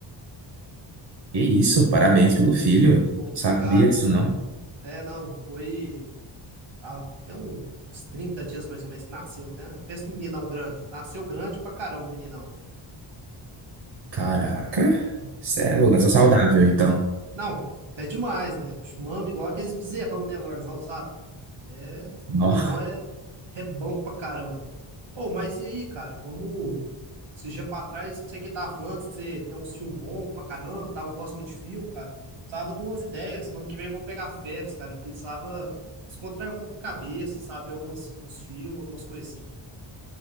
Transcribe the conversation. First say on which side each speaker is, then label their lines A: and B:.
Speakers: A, on the right; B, on the right.
A: Que isso, parabéns pelo filho. Não
B: Ô,
A: sabia
B: obrigado.
A: disso, não.
B: É, não, foi tá, até um- uns 30 dias mais ou menos que nasceu. Até, pensa no meninão grande. Nasceu grande pra caramba, meninão.
A: Caraca, cê é louco, né? Sou saudável, então.
B: Não, é demais, né? Bicho, mama igual aqueles bezerrão, né, Lorzão, sabe? É,
A: Nó.
B: meninão é, é bom pra caramba. Ô, mas e aí, cara, vamos. Esses dias pra trás, não sei quem tava falando, que você tem um filme bom pra caramba, tá? Eu gosto muito de filme, cara. Precisava de umas ideias. Semana que vem eu vou pegar férias, cara. Precisava descontrair um pouco a cabeça, sabe? Ver alguns uns filmes, algumas coisas assim.